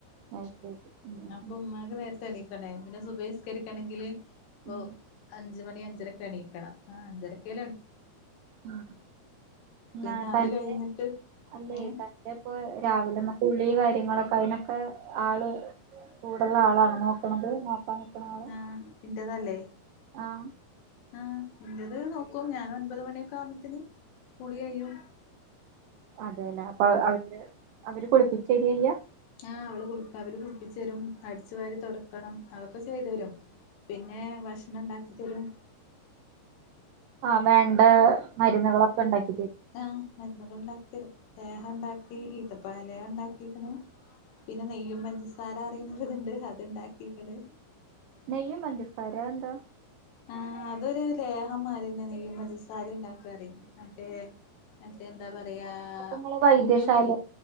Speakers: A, on the right; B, on the left.
A: അത് ശരി ഉം
B: അപ്പൊ ഉമ്മാക്ക് നേരത്തെ എണീ തന്നെ പിന്നെ സുബിഹി നിസ്കരിക്കനെങ്കില് ഓ
A: ഉം
B: അ <unintelligible> അഞ്ച് മണി അഞ്ചരക്ക്‌ എണീക്കണം ആ അഞ്ചരക്കെ
A: മ് ഇന്ന്
B: പിന്നെ
A: ആപ്പന്റെ
B: അത് കഴിഞ്ഞിട്ട്
A: അല്ലേ
B: ഏ
A: തന്റെപ്പോ രാവിലെമ്മ കുളി കാര്യങ്ങളൊക്കെ കയിനൊക്കെ ആള് കൂടള്ള ആളാണ് നോക്കണത് നിക്കണ ആള്
B: ആ എന്റതല്ലേ
A: ആഹ്
B: ആ നിന്റത് നോക്കൂ ഞാന ഒൻപത് മണിയൊക്കെ ആകുമ്പത്തന് കുളി കയും
A: അതെല്ലേ അപ്പൊ അവര് അവര് കുളിപ്പിച്ചു ശരിയ്യാ
B: ആ അവള് കുളിപ്പിച്ച് തരും അടിച്ചു വാരി തുടക്കണം അതൊക്കെ ചെയ്തു തരും പിന്നെ ഭക്ഷണം ഉണ്ടാക്കി തരും
A: ആ വേണ്ട മരുന്നുകളൊക്കെ ഉണ്ടാക്കി
B: ആ അ ൾ ഉണ്ടാക്കി തരും ലേഹ്യം ഉണ്ടാക്കി ഈത്തപ്പായ ലേഹ ഉണ്ടാക്കിക്കുന്നു പിന്നെ നെയ്യും പഞ്ചസാര അറിയുന്നതുണ്ട് അത്ണ്ടാക്കിക്കണ്
A: നെയും പഞ്ചസാരെ അതെന്താ
B: ആ അതൊരു ലേഹം മാരെന്യ ന്നെ നെയ്യും പഞ്ചസാരി ഉണ്ടാക്കപരിമം മറ്റേ മറ്റേ എന്താ പറയാ
A: അപ്പൊ ഇങ്ങള് വൈദ്യശാല
B: കുഞ്ഞുള്ളി